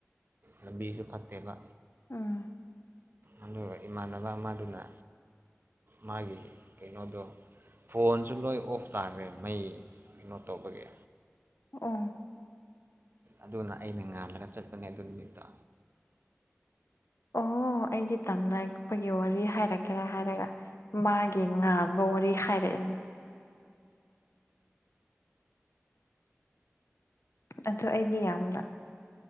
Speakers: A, on the right (about 50°); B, on the left (about 75°).
A: ꯂꯝꯕꯤꯁꯨ ꯐꯠꯇꯦꯕ
B: ꯑꯥ
A: ꯑꯗꯨꯒ ꯏꯃꯥꯟꯅꯕ ꯑꯃꯗꯨꯅ ꯃꯥꯒꯤ ꯀꯩꯅꯣꯗ ꯐꯣꯟꯁꯨ ꯂꯣꯏ ꯑꯣꯐ ꯇꯥꯈ꯭ꯔꯦ ꯃꯩ ꯀꯩꯅꯣ ꯇꯧꯕꯒꯤ
B: ꯎ
A: ꯑꯗꯨꯅ ꯑꯩꯅ ꯉꯥꯜꯂꯒ ꯆꯠꯄꯅꯦ ꯑꯗꯨ ꯅꯨꯃꯤꯠꯇ
B: ꯑꯣ ꯑꯩꯗꯤ ꯇꯝꯅꯄꯒꯤ ꯋꯥꯔꯤ ꯍꯥꯏꯔꯛꯀꯦꯔꯥ ꯍꯥꯏꯔꯒ ꯃꯥꯒꯤ ꯉꯥꯡꯕ ꯋꯥꯔꯤ ꯍꯥꯏꯔꯛꯏꯅꯦ ꯑꯗꯨꯗ ꯑꯩꯗꯤ ꯌꯥꯝꯅ